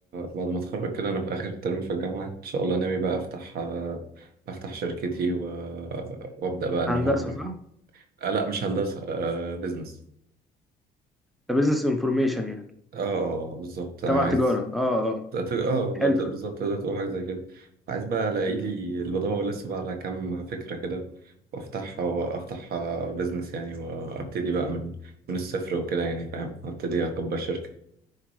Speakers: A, on the right (about 65°); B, in the centre.
A: بعد ما اتخرج كده انا في اخر ترم في الجامعه ان شاء الله ناوي بقى افتح افتح شركتي و... وابدا بقى ان
B: هندسة
A: هو أنا...
B: صح؟
A: آه لا مش هندسه آه بزنس
B: ده بزنس انفورميشن يعني
A: اه آه، آه، بالظبط انا
B: تبع
A: عايز
B: تجارة أه أه
A: تلاتة- اه بت-
B: حلو
A: بالظبط تقدر تقول حاجة زي كده عايز بقى الاقي
B: حلو
A: لي اللي بدور لسه بقى على كام فكرة كده وافتحها وافتحها بيزنس يعني وابتدي بقى من من الصفر وكده يعني فاهم ابتدي اكبر شركة